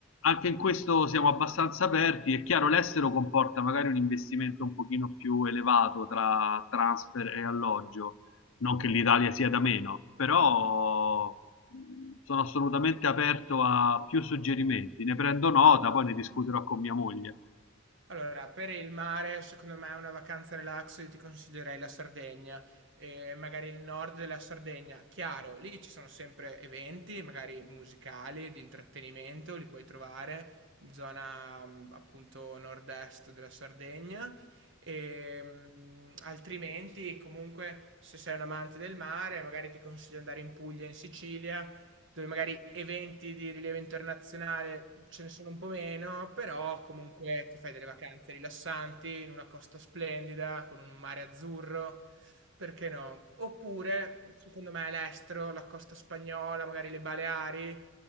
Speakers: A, on the left; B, on the right.
A: Anche in questo siamo abbastanza aperti. È chiaro, l'estero comporta magari un investimento un pochino più elevato tra transfer e alloggio, non che l'Italia sia da meno, però mh, sono assolutamente aperto a più suggerimenti. Ne prendo nota, poi ne discuterò con mia moglie.
B: Allora, per il mare, secondo me è una vacanza relax, io ti consiglierei la Sardegna, eh, magari il nord della Sardegna. Chiaro, lì ci sono sempre eventi, magari musicali, di intrattenimento, li puoi trovare, zona mm, appunto nord-est della Sardegna. E, mm, altrimenti, comunque, se sei un amante del mare, magari ti consiglio di andare in Puglia, in Sicilia dove magari eventi di rilievo internazionale ce ne sono un po' meno, però comunque ti fai delle vacanze rilassanti in una costa splendida, con un mare azzurro, perché no? Oppure, secondo me, all'estero, la costa spagnola, magari le Baleari,